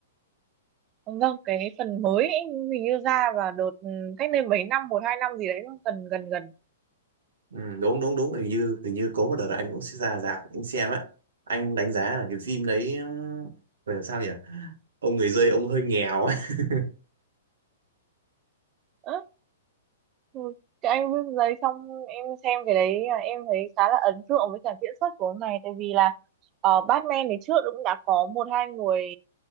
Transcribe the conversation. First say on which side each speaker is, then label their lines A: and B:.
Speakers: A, on the right; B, on the right.
A: ông Vâng, cái phần mới ấy, hình như ra vào đợt ừ, cách đây mấy năm một hai năm gì đấy gần gần gần
B: ừ, đúng đúng đúng hình như hình như có một đợt là anh cũng sẽ ra rạp anh xem á anh đánh giá là cái phim đấy ừm, phải làm sao nhỉ ông người dơi ông hơi nghèo ấy. <laughs>
A: Á, ừ, Cái anh viết giấy xong em xem cái đấy là em thấy khá là ấn tượng với cả diễn xuất của ông này tại vì là ờ, Batman thì trước cũng đã có một hai người